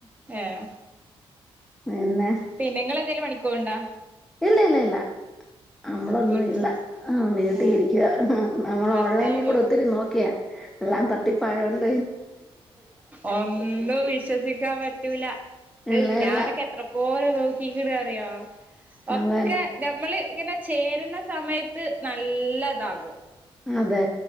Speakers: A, on the right; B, in the centre.
A: ഏഹ്
B: പിന്നെ
A: പിന്നെ ങ്ങളെന്തേലും പണിക്കോവ്ണ്ടോ?
B: ഇല്ല ല്ല ല്ല നമ്മളൊന്നുല്ല
A: വീട്ട്
B: ആഹ് വീട്ടിരിക്കുവാ
A: ഏ
B: നമ്മൾ
A: ഭർത്താവോ
B: ഓൺലൈനിലൂടെ ഒത്തിരി നോക്ക്യാ എല്ലാം ത ട്ടിപ്പായോണ്ട്
A: ഒന്നും വിശ്വസിക്കാം പറ്റൂല.
B: ഇല്ല
A: ഏഹ് ഞാനൊക്കെ
B: ഇല്ല
A: എത്ര പോരു നോക്കിക്ക്ണാറ്യോ ഒക്കെ
B: അതാണ്
A: ഞമ്മള് ഇങ്ങനെ ചേര്ണ സമയത്ത് നല്ല താകും.
B: അതെ